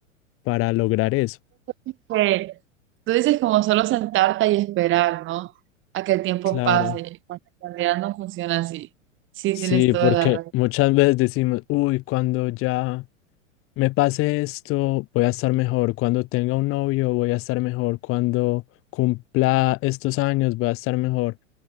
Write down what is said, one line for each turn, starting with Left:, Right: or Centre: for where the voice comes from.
Left: para lograr eso.
Right: Que tú dices como solo sentarte y esperar, ¿no? A que el tiempo
Left: Claro,
Right: pase, cuando en realidad no funciona así. Sí,
Left: sí,
Right: tienes toda
Left: porque
Right: la razón.
Left: muchas veces decimos, uy, cuando ya me pase esto, voy a estar mejor, cuando tenga un novio, voy a estar mejor, cuando cumpla estos años, voy a estar mejor.